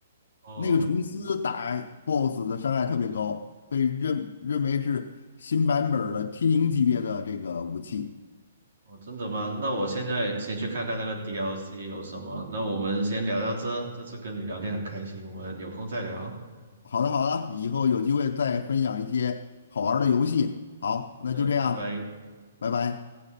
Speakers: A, on the right (about 70°); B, on the left (about 70°).
A: 哦，
B: 那个虫丝打 BOSS 的伤害特别高，被认认为是新版本儿的 T 零级别的这个武器。
A: 哦，真的吗？那我现在先去看看那个 DLC 有什么。那我们先聊到这，这次跟你聊天很开心，我们有空再聊。
B: 好的，好的，以后有机会再分享一些好玩儿的游戏。好，
A: 好的，
B: 那就这样，
A: 拜拜。
B: 拜拜。